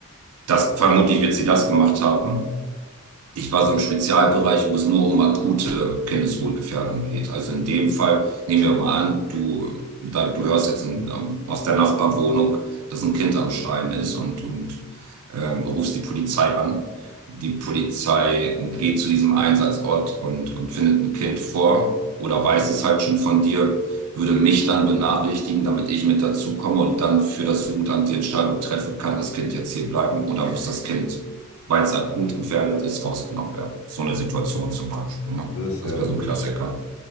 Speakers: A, on the right; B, on the left.
A: das vermutlich wird sie das gemacht haben. Ich war so im Spezialbereich, wo es nur um akute Kindeswohlgefährdung geht. Also in dem Fall nehmen wir mal an, du, da, du hörst jetzt in, ähm, aus der Nachbarwohnung, dass ein Kind am Schreien ist und, und ähm, rufst die Polizei an. Die Polizei geht zu diesem Einsatzort und, und findet ein Kind vor oder weiß es halt schon von dir, würde mich dann benachrichtigen, damit ich mit dazu komme und dann für das Jugendamt die Entscheidung treffe, kann das Kind jetzt hier bleiben oder muss das Kind weil es akut gefährdet ist, rausgenommen werden. So eine Situation zum Beispiel. Ne?
B: Das ist
A: Das
B: ja
A: wäre
B: wirklich,
A: so ein Klassiker.